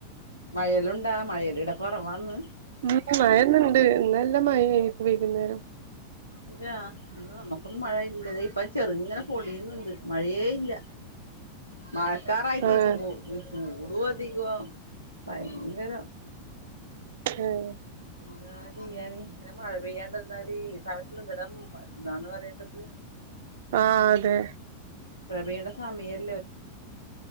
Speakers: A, on the left; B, on the right.
A: മയലുണ്ടാ മയലിട പറവാന്ന്
B: മ മഴന്നണ്ട് നല്ല മഴപ്പ വെയകുന്നേരം
A: ഇല്ല ഇന്ന് നമ്മുക്കൊന്നും മഴയില്ലതേ ഇപ്പൊ ചെറുങ്ങനെ പൊടിയുന്നുണ്ട് മഴയേ ഇല്ല മഴക്കാറായിട്ടേക്കുമ്പോ
B: ആഹ്
A: ഇ ചൂടു അധികം ഭയങ്കര
B: ഉഹ
A: എന്താ ചെയെയ്യാന് ഇങ്ങനെ മഴ പെയ്യാണ്ടന്നാല് സത്തി എന്തെല്ലാം എന്താന്ന് പറയേണ്ടത്
B: ആ അതെ
A: വേണസാമിയർ